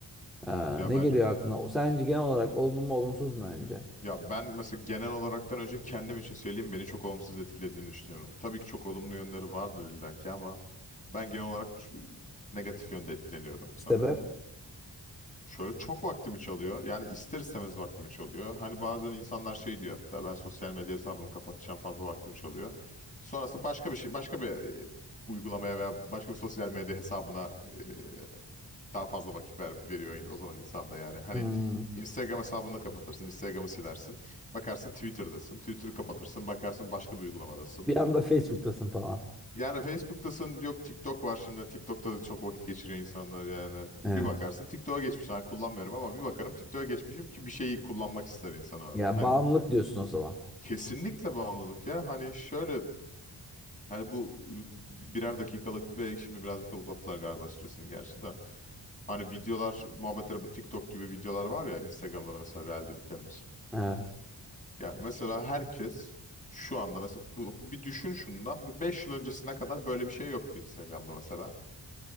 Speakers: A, in the centre; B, on the left.
A: Ee,
B: Ya
A: ne
B: bence
A: geliyor aklına? Sence genel olarak olumlu mu olumsuz mu önce?
B: ya ben mesela genel olaraktan önce kendim için söyleyeyim beni çok olumsuz etkilediğini düşünüyorum. Tabii ki çok olumlu yönleri vardır illaki ama ben genel olarak ç- negatif yönde etkileniyorum sanırım.
A: Sebep?
B: Şöyle çok vaktimi çalıyor. Yani ister istemez vaktimi çalıyor. Hani bazen insanlar şey diyor hatta ben sosyal medya hesabımı kapatacağım fazla vaktimi çalıyor. Sonrasında başka bir şey başka bir e, uygulamaya veya başka bir sosyal medya hesabına e, daha fazla vakit ver, veriyor in- o zaman insan da yani. Hani
A: Hmm,
B: Instagram hesabını kapatırsın, Instagram'ı silersin. Bakarsın Twitter'dasın. Twitter'ı kapatırsın, bakarsın başka bir uygulamadasın.
A: bir anda Facebook'tasın falan.
B: Yani Facebook'tasın yok TikTok var şimdi. TikTok'ta da çok vakit geçiriyor insanlar yani. Bir
A: Evet.
B: bakarsın TikTok'a geçmiş. Hani kullanmıyorum ama bir bakarım TikTok'a geçmişim ki bir şeyi kullanmak ister insan orada.
A: Ya
B: Hani
A: bağımlılık diyorsun o zaman.
B: kesinlikle bağımlılık ya. Hani şöyle yani bu e, birer dakikalık bir şimdi birazcık da uzattılar galiba süresini gerçi de. Hani videolar muhabbetleri bu TikTok gibi videolar var ya Instagram'da da mesela Reel dediklerimiz.
A: Evet.
B: Ya mesela herkes şu anda mesela bu- bir düşün şundan 5 yıl öncesine kadar böyle bir şey yoktu Instagram'da mesela.